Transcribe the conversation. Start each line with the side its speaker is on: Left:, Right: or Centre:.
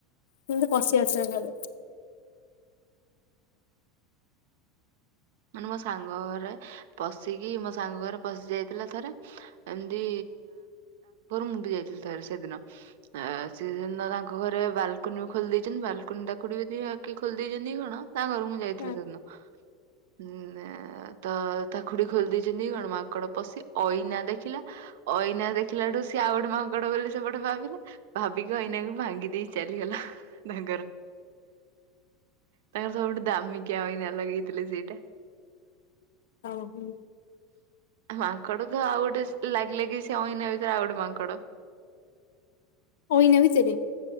Left: କିନ୍ତୁ ପଶି ଆସନ୍ତି ଘରେ ।
Right: ମାନେ ମୋ ସାଙ୍ଗ ଘରେ ପସିକି ମୋ ସାଙ୍ଗ ଘରେ ପସି ଜାଇ ଥିଲା ଥରେ ଏମିତି ମୁ ଯାଇ ଥିଲି ସେଦିନ ସିଏ ସେଦିନ ବଲ୍କୋନି ଖୋଲି ଦେଇଚନ୍ତି କିଏ ଖୋଲି ଦେଇ ଚି କି କଣ ତା ଘରୁ ମୁଁ ଯାଇଥିଲି
Left: ହୁଁ
Right: ସେଦିନ । ହୁଁ ତା ଖୁଡି ଖୋଲି ଦେଇଛନ୍ତି କି କଣ ମାଙ୍କଡ଼ ପଶିକି ଆଇନା ଦେଖିଲା ଆଇନା ଦେଖିଲାଠୁ ସିଏ ଆଉ ଗୋଟେ ମାଙ୍କଡ଼ ବୋଲି ସେପଟେ ଭାବିଲା ଭାବିକି ଆଇନା କୁ ଭାଙ୍ଗି ଦେଇ ଚାଲିଗଲା ତାଙ୍କର । ତାଙ୍କର ସବୁଠୁ ଦାମିକିଆ ଆଇନା ଲଗେଇ ଥିଲେ ସେ <unintelligible>
Left: ହଁ ହୁଁ।
Right: ମାଙ୍କଡ ତ ଆଉ ଗୋଟେ ଲାଗି ଲାଗି ସେ ଅଇନା ଭିତରେ ଆଉ ଗୋଟେ ମାଙ୍କଡ।
Left: ହୋଇନା ବିଚରେ।